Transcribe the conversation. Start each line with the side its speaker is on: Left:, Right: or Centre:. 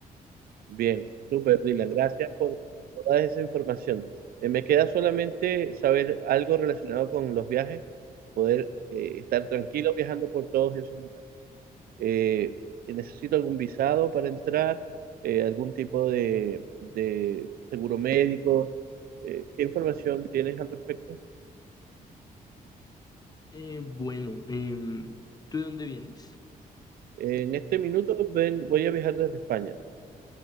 Right: Bien, súper, Dylan. Gracias por toda esa información. Eh, me queda solamente saber algo relacionado con los viajes, poder eh, estar tranquilo viajando por todos esos lugares. Eh, necesito algún visado para entrar, eh, algún tipo de, de seguro médico. Eh, ¿qué información tienes al respecto?
Left: Eh, bueno, em, ¿tú de dónde vienes?
Right: en este minuto ven, voy a viajar desde España.